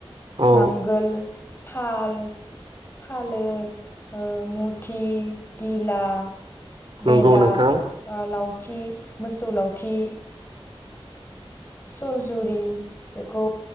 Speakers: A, on the right; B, on the left.
A: औ
B: नांगोल फाल फालो ओ मुथि गिला बेदा
A: नंगौ नोंथां
B: ओ लाव थि मोसौ लावथि सलजुरि बेखौ